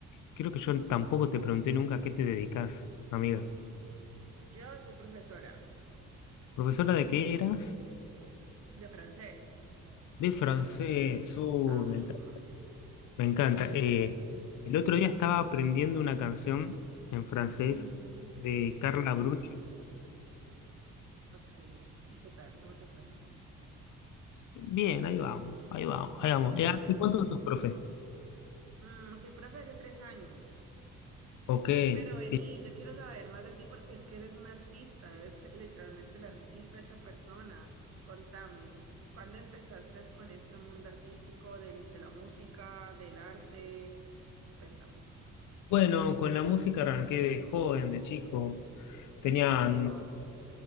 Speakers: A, on the left; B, on the right.
A: Creo que yo tampoco te pregunté nunca a qué te dedicas, amiga.
B: Yo soy profesora
A: ¿Profesora de qué eras?
B: de francés.
A: De francés. Uh,
B: Ajá.
A: me encanta. me encanta.
B: <laughs>
A: Eh, el otro día estaba aprendiendo una canción en francés
B: Ujú,
A: de
B: ok,
A: Carla Bruni.
B: ok. ¿Y qué tal? ¿Cómo te fue?
A: Bien, ahí vamos, ahí vamos,
B: Sí,
A: ahí vamos.
B: <laughs>
A: Eh, ¿hace cuánto sos profe?
B: Mm, soy profe hace tres años.
A: Ok.
B: Pero vení,
A: Y,
B: yo quiero saber más de ti porque es que eres un artista, eres literalmente la artista hecha persona. Contame, ¿cuándo empezaste con este mundo artístico del, de la música, del arte? Cuéntame.
A: bueno, con la música arranqué de joven, de chico. Tenían...
B: Empírico,